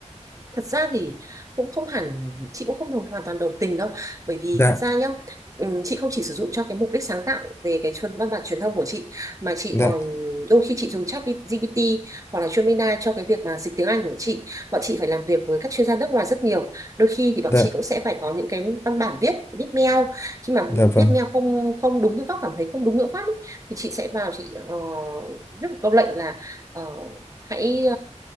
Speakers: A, on the right (about 25°); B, on the left (about 20°).
A: thật ra thì cũng không hẳn chị cũng không đồng, hoàn toàn đồng tình đâu bởi vì
B: Dạ,
A: thật ra nhá ừm, chị không chỉ sử dụng cho cái mục đích sáng tạo về cái chuyên- văn bản truyền thông của chị mà chị
B: dạ.
A: còn đôi khi chị dùng chat GPT hoặc là Gemini cho cái việc mà dịch tiếng Anh của chị bọn chị phải làm việc với các chuyên gia nước ngoài rất nhiều đôi khi thì bọn
B: dạ
A: chị cũng sẽ phải có những cái văn bản viết viết mail khi mà
B: dạ vâng
A: viết mail không không đúng ngữ pháp cảm thấy không đúng ngữ pháp ấy, thì chị sẽ vào chị ờ, viết một câu lệnh là ờ, hãy